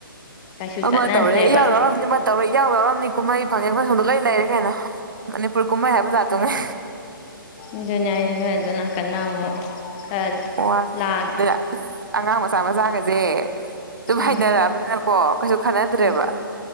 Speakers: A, on the left; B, on the right.
A: ꯀꯩꯁꯨ
B: ꯑꯃ
A: ꯆꯠꯅꯗ꯭ꯔꯦꯕ
B: ꯇꯧꯔꯦ ꯏꯌꯥꯎ ꯌꯥꯎꯔꯝꯅꯤ ꯇꯧꯔꯦ ꯌꯥꯎ ꯌꯥꯎꯔꯝꯅꯤ ꯀꯨꯝꯍꯩ ꯐꯪꯉꯦ ꯑꯩꯈꯣꯏ ꯁꯣꯝ ꯂꯣꯏ ꯂꯩꯔꯦ ꯀꯩꯅꯣ ꯃꯅꯤꯄꯨꯔ ꯀꯨꯝꯍꯩ ꯍꯥꯏꯕ ꯖꯥꯠꯇꯨꯒꯩ
A: ꯑꯗꯨꯅꯦ ꯍꯥꯏꯁꯦ ꯅꯣꯏ ꯑꯗꯣꯝ ꯅꯥꯀꯟꯅ ꯑꯃꯨꯛ ꯈꯔ
B: ꯋꯥꯠꯇꯦ
A: ꯂꯥꯡꯉꯦ
B: ꯑꯗꯨꯅ ꯑꯁ ꯑꯉꯥꯡ ꯃꯆꯥ ꯃꯆꯥꯒꯁꯦ ꯁꯨꯝ
A: ꯎꯝ
B: ꯍꯩꯅꯔꯛꯑꯕꯅꯤꯅꯀꯣ ꯀꯩꯁꯨ ꯈꯅꯗ꯭ꯔꯦꯕ
A: ꯎꯝ